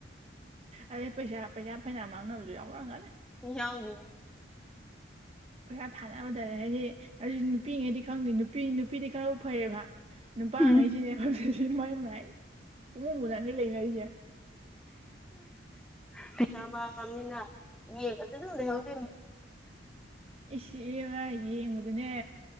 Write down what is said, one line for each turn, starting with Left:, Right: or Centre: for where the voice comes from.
Right: ꯑꯗꯩ ꯄꯩꯁꯥ ꯄꯩꯁꯥ ꯐꯩꯅꯥꯌꯝ ꯃꯥꯡꯅꯕꯁꯨ ꯌꯥꯎꯔꯛꯑꯒꯅꯤ
Centre: ꯌꯥꯎꯗ
Right: ꯄꯩꯁꯥ ꯊꯥꯅꯕꯗ ꯍꯥꯏꯗꯤ ꯑꯗꯨꯗꯤ ꯅꯨꯄꯤꯉꯩꯗꯤ ꯈꯪꯗꯦ ꯅꯨꯄꯤ ꯅꯨꯄꯤꯗꯤ ꯈꯔ ꯐꯩꯌꯦꯕ ꯅꯨꯄꯥꯉꯩꯁꯤꯅꯦ
Centre: ꯀꯩꯅꯣ
Right: ꯍꯧꯗꯛ ꯁꯤ ꯃꯥꯏ ꯃꯥꯏ ꯄꯨꯡꯕꯨꯗ ꯑꯅꯤ ꯂꯩꯅꯔꯤꯁꯦ
Centre: ꯎ ꯄꯩꯁꯥ ꯃꯥꯡꯉꯕꯅꯤꯅ ꯌꯦ ꯑꯗꯨ ꯑꯗꯨꯝ ꯂꯩꯍꯤ
Right: ꯏꯁ ꯑꯦ ꯃꯥ ꯌꯦꯡꯕꯗꯨꯅꯦ